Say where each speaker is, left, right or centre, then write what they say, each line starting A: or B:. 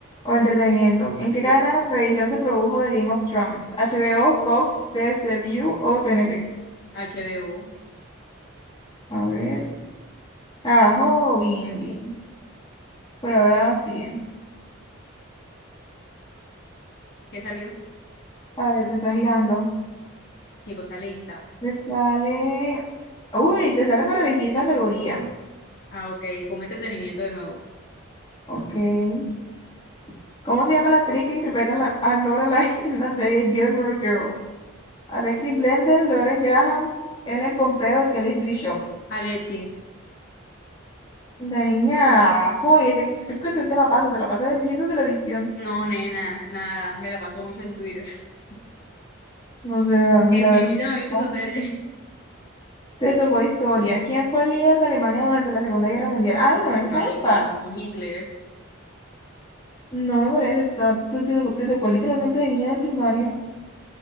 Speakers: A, on the left (about 20°); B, on the left (about 50°).
A: O entretenimiento. ¿En
B: Entre-
A: qué cadena de televisión se produjo The Game of Thrones? HBO, Fox, T. C. TCU o T. N. T.
B: HBO.
A: A ver. Ajo, bien, bien. Por ahora vas bien.
B: ¿Qué salió?
A: A ver, te está girando.
B: Qué cosa lenta.
A: Te sale. Uy, te sale para elegir categoría.
B: Ah, ok. Pon entretenimiento de nuevo.
A: Ok. ¿Cómo se llama la actriz que interpreta la- a Lorelai <laughs> en la serie Gilmore Girls? Alexis Blender, Lauren Graham, Ellen Pompeo y Kelly Bishop.
B: Alexis.
A: La niña, ajo, ese, creo que tú te la pasas, te la pasas viendo televisión.
B: No, nena, nada. Me la paso mucho en Twitter. <laughs>
A: O sea, mira,
B: En
A: a
B: mi
A: ver,
B: vida me he visto
A: ¿no?
B: esa serie.
A: te tocó historia. ¿Quién fue el líder de Alemania durante la Segunda Guerra Mundial? Ay, no, esa
B: <laughs>
A: está
B: Ay,
A: muy
B: Dios
A: fácil.
B: mío, Hitler.
A: No me parece, está, te, te tocó te tocó literalmente de niña de primaria. <laughs>